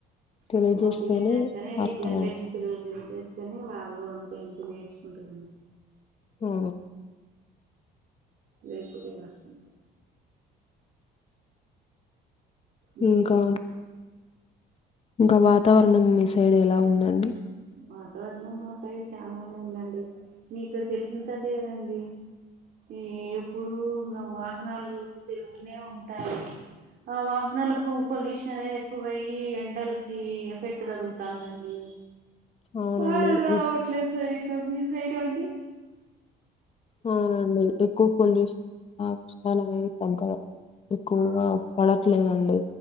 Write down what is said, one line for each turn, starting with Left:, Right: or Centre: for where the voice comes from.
Left: తెలియజేస్తేనే
Right: వాటి మీద ఇస్తేనే
Left: అర్థం
Right: ఈ జనరేషన్
Left: అవు-
Right: పిల్లకి తెలిసేస్తేనే వాళ్ళు అంత ఇంతో నేర్చుకుంటారండి
Left: ఉ
Right: లేకపోతే కష్టం మీకేమన్
Left: ఇంకా ఇంకా వాతావరణం మీ సైడ్ ఎలా ఉందండి
Right: వాతావరణం మా సైడ్ చాలానే ఉందండి మీ ఇక్కడ తెలిసిన కథే కదండి ఈ ఎప్పుడు ఇంకా వాహనాలు తిరుగుతూనే ఉంటాయి ఆ వాహనాలకు పొల్యూషన్ అనేది ఎక్కువ అయ్యి ఎండలకి ఎఫెక్ట్ తగులుతందండి
Left: అవునండి
Right: వానలు రావట్లేదు సరిగా మీ సైడ్ అండి
Left: అవునండి ఎక్కువ పొల్యూషన్ అంశాల అనేవి తగ్గలా ఎక్కువగా
Right: ఆ
Left: పడట్లేదండి